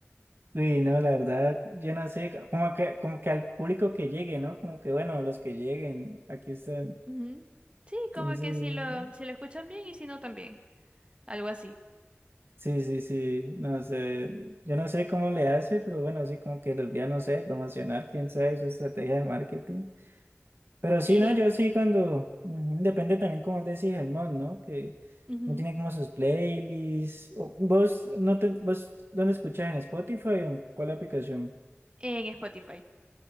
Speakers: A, on the right; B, on the right.
A: Uy, no, la verdad, yo no sé, co- como que, como que al público que llegue, ¿no? Como que, bueno, los que lleguen, aquí están.
B: Ujú. Sí,
A: Entonces...
B: como que si lo, si lo escuchan bien y si no también, algo así.
A: Sí, sí, sí, no sé,
B: Ente-
A: yo no sé cómo le hace, pero bueno, sí, como que los vía, no sé, promocionar, quién sabe, su estrategia de marketing. Pero
B: Sí,
A: sí, no, yo sí cuando, ujú, depende también como decís el mod, ¿no? Que
B: ujú,
A: no tiene como sus playlists. O- ¿Vos, no te, vos, dónde escuchas en Spotify o en cuál aplicación?
B: En Spotify.